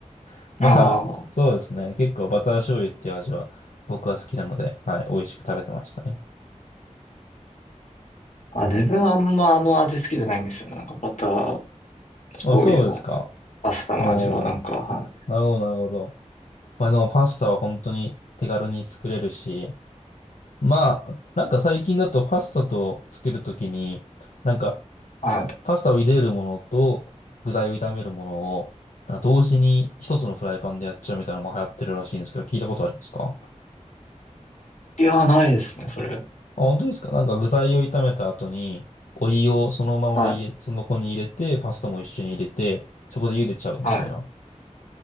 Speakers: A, on the left; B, on the left.
A: <laughs> まあ、
B: あ
A: そうですね。結構バター醤油っていう味は僕は好きなので、はい、美味しく食べてましたね。
B: あ。あ、自分あんまあの味好きじゃないんですよね。なんかバター、醤油の
A: あ、そうですか。
B: パスタの味は、
A: おー、
B: なんか、はい。
A: なるほど、なるほど。まあでもパスタは本当に手軽に作れるし、まあ、なんか最近だとパスタとつけるときに、なんか
B: は
A: パスタを茹でるものと具材を炒めるものを、なんか同時に一つのフライパンでやっちゃうみたいなのも流行ってるらしいんですけど、聞いたことありますかあ、
B: い。いやー、ないですね、それ。
A: 本当ですかなんか具材を炒めた後に、お湯をそのまま入れ、
B: はい。
A: その子に入れて、パスタも一緒に入れて、そこで茹でちゃうみたいな。
B: は